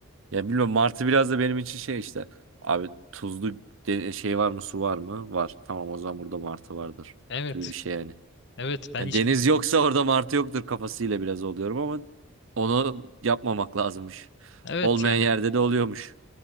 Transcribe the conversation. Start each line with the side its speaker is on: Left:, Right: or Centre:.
Right: Ya bilmiyorum martı biraz da benim için şey işte. Abi tuzlu de- şey var mı su var mı? Var. Tamam o zaman burada martı vardır
Left: Evet.
Right: gibi bir şey yani.
Left: Evet ben
Right: Yani
Left: hiç
Right: deniz yoksa orada martı yoktur kafasıyla biraz oluyorum ama onu yapmamak lazımmış.
Left: evet
Right: Olmayan
Left: yani
Right: yerde de oluyormuş.